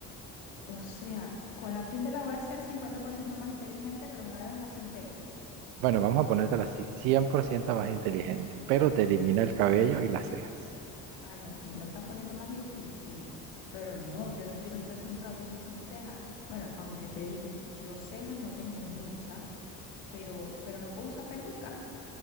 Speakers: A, on the left (about 65°); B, on the right (about 65°).
A: O sea, con la píldora voy a ser 50% más inteligente, pero me va a dejar sin pelo.
B: Bueno, vamos a ponértela así, 100% más inteligente, pero te elimina el cabello y las cejas.
A: Ah, no, tú me lo estás poniendo más difícil. Pero no, yo no quiero estar sin cabello y sin cejas. Bueno, aunque te digo, yo cejas no tengo muchas, pero, pero no puedo usar pelucas.